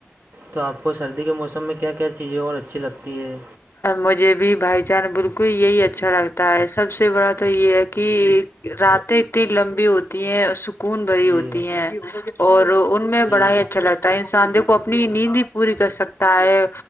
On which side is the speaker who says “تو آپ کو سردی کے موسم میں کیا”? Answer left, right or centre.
Right